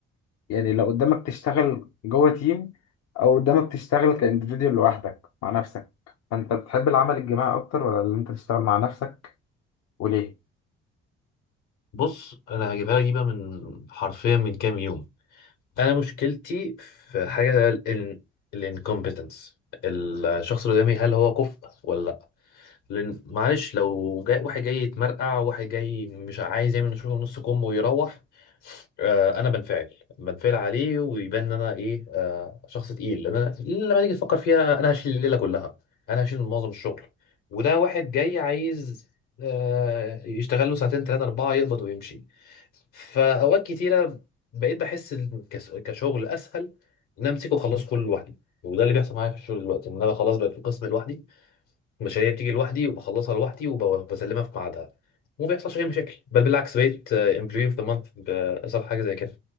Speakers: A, on the left (about 55°); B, on the left (about 70°).
A: يعني لو قدامك تشتغل جوه تيم او قدامك تشتغل كاندفيديوال لوحدك مع نفسك فانت بتحب العمل الجماعي اكتر ولا اللي انت تشتغل مع نفسك وليه
B: بص انا هجيبها لك دي بقى من حرفيا من كام يوم انا مشكلتي في حاجه الانكومبتنس الشخص اللي قدامي هل هو كفء ولا لا لان معلش لو جاي واحد جاي يتمرقع واحد جاي مش عايز يعمل شغل نص كم ويروح آه انا بنفعل بنفعل عليه ويبان ان انا ايه آه شخص تقيل لان انا لما تيجي تفكر فيها انا هشيل الليله كلها انا هشيل معظم الشغل وده واحد جاي عايز آه، يشتغل له ساعتين ثلاثة أربعة يقبض ويمشي فاوقات كتيره بقيت بحس إن كس- كشغل اسهل ان انا امسكه واخلصه كله لوحدي وده اللي بيحصل معايا في الشغل دلوقتي ان انا خلاص بقى في قسم لوحدي المشاريع بتيجي لوحدي وبخلصها لوحدي وبسلمها في ميعادها وما بيحصلش اي مشاكل بل بالعكس بقيت امبلوي اوف ذا مانث بأسهل حاجه زي كده